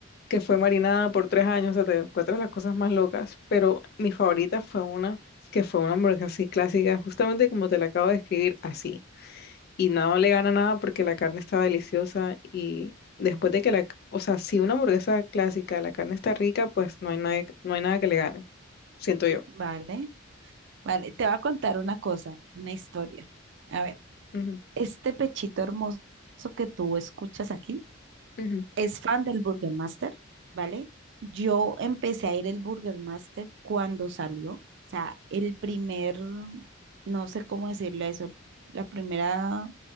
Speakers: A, on the left; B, on the right.
A: que fue marinada por tres años, o sea, te encuentras las cosas más locas, pero mi favorita fue una que fue una hamburguesa así clásica, justamente como te la acabo de describir, así. Y nada le gana nada porque la carne estaba deliciosa y después de que la, o sea, si una hamburguesa clásica, la carne está rica, pues no hay nada, no hay nada que le gane, siento yo.
B: vale. Vale, te voy a contar una cosa, una historia. A ver,
A: Ujú,
B: este pechito hermoso que tú escuchas aquí
A: ujú,
B: es fan del Burger Master, ¿vale? Yo empecé a ir el Burger Master cuando salió. O sea, el primer, no sé cómo decirle eso, la primera